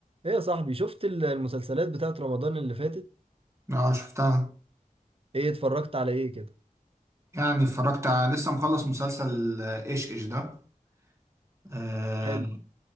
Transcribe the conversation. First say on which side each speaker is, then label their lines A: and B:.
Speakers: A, on the right; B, on the right.
A: ايه يا صاحبي شفت ال- المسلسلات بتاعت رمضان اللي فاتت
B: اه شفتها
A: ايه اتفرجت على ايه كده
B: يعني اتفرجت على لسه مخلص مسلسل آه، ايش ايش ده آه،
A: حلو